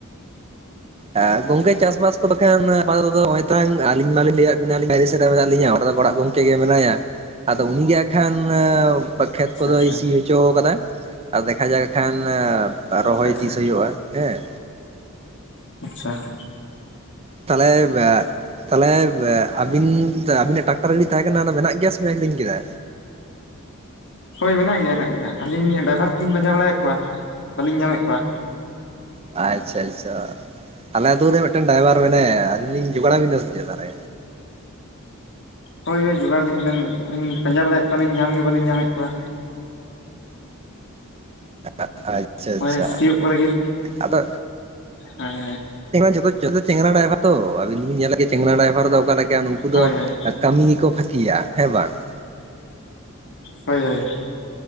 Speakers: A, on the right; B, on the left.
A: ᱮ ᱜᱚᱝᱠᱮ ᱪᱟᱥ ᱠᱚᱫᱚ ᱠᱷᱟᱱ <inaudible> ᱟᱹᱞᱤᱧ ᱢᱟᱞᱤᱧ ᱞᱟᱹᱭᱟᱫ ᱵᱮᱱᱟ ᱵᱟᱭᱨᱮ ᱥᱮᱫ ᱨᱮ ᱢᱮᱱᱟᱜ ᱞᱤᱧᱟ ᱫᱚ ᱚᱲᱟᱜ ᱜᱚᱝᱠᱮ ᱛᱮᱜᱮ ᱢᱮᱱᱟᱭᱟ ᱟᱫᱚ ᱩᱱᱤᱜᱮ ᱮᱠᱷᱟᱱ ᱠᱷᱮᱛ
B: ᱟᱪᱪᱷᱟ
A: ᱠᱚᱫᱚᱭ
B: ᱟᱪᱪᱷᱟ
A: ᱥᱤ ᱦᱚᱪᱚ ᱟᱠᱟᱫᱟ ᱟᱨ ᱫᱮᱠᱷᱟ ᱡᱟᱠ ᱠᱷᱟᱱ
B: ᱟᱪᱪᱷᱟ
A: ᱨᱚᱦᱚᱭ ᱛᱤᱥ
B: ᱟᱪᱪᱷᱟ
A: ᱦᱩᱭᱩᱜᱼᱟ? ᱦᱮᱸ᱾
B: ᱟᱪᱷᱟ ᱾
A: ᱛᱟᱞᱮ ᱵᱮᱼᱼ ᱛᱟᱦᱚᱞᱮ ᱟᱹᱵᱤᱱ ᱟᱵᱤᱱᱟᱜ ᱴᱟᱠᱴᱟᱨ ᱜᱟᱹᱰᱤ ᱛᱟᱦᱮᱸ ᱠᱟᱱᱟ ᱚᱱᱟ ᱢᱮᱱᱟᱜ ᱜᱮᱭᱟ ᱥᱮ ᱵᱤᱱ ᱟᱠᱷᱨᱤᱧ ᱠᱮᱫᱟ?
B: ᱦᱳᱭ ᱢᱮᱱᱟᱜ ᱜᱮᱭᱟ ᱦᱮᱱᱟᱜ ᱜᱮᱭᱟ ᱟᱹᱞᱤᱧ ᱰᱟᱭᱵᱷᱟᱨ ᱛᱮᱞᱤᱧ ᱯᱟᱸᱡᱟ ᱵᱟᱲᱟᱭᱮᱫ ᱠᱚᱣᱟ ᱵᱟᱹᱞᱤᱧ ᱧᱟᱢᱮᱫ ᱠᱚᱣᱟ᱾
A: ᱟᱪᱷᱟ-ᱟᱪᱷᱟ ᱟᱞᱮ ᱟᱹᱛᱩ ᱨᱮ ᱢᱤᱫᱴᱮᱱ ᱰᱨᱟᱭᱵᱟᱨ ᱢᱮᱱᱟᱭᱟ ᱟᱹᱞᱤᱧ ᱞᱤᱧ ᱡᱚᱜᱟᱲ ᱟᱵᱤᱱᱟ ᱥᱮ ᱪᱮᱫ ᱫᱟᱦᱚᱞᱮᱼᱼ
B: ᱦᱳᱭ-ᱦᱳᱭ ᱡᱚᱜᱟᱲᱟᱞᱤᱧ ᱵᱮᱱ ᱟᱹᱞᱤᱧ ᱯᱟᱸᱡᱟ ᱵᱟᱲᱟᱭᱮᱫ ᱠᱚᱣᱟᱞᱤᱧ ᱧᱟᱢ ᱜᱮ ᱵᱟᱹᱞᱤᱧ ᱧᱟᱢᱮᱫ ᱠᱚᱣᱟ᱾
A: ᱟᱪᱷᱟ-ᱟᱪᱷᱟ
B: ᱦᱳᱭ ᱥᱤᱭᱳᱜ ᱠᱚ ᱞᱟᱹᱜᱤᱫ
A: ᱟᱫᱚ
B: ᱦᱳᱭ
A: ᱡᱚᱛᱚ ᱼᱼ ᱡᱚᱛᱚ ᱪᱮᱝᱨᱟ ᱰᱟᱭᱵᱟᱨ ᱛᱚ ᱟᱞᱤᱧ ᱫᱚᱵᱤᱱ ᱧᱮᱞ ᱞᱟᱹᱜᱤᱫ ᱪᱮᱝᱨᱟ ᱰᱟᱭᱵᱟᱨ ᱫᱚ ᱚᱠᱟᱞᱮ ᱞᱮᱠᱟ ᱱᱩᱠᱩ
B: ᱦᱳᱭ
A: ᱫᱚᱼᱼ
B: ᱦᱳᱭ
A: ᱠᱟᱹᱢᱤ ᱜᱮᱠᱚ ᱯᱷᱟᱹᱠᱤᱭᱟᱼᱜ ᱦᱮᱸ ᱵᱟᱝ ᱾
B: ᱦᱳᱭ-ᱦᱳᱭ᱾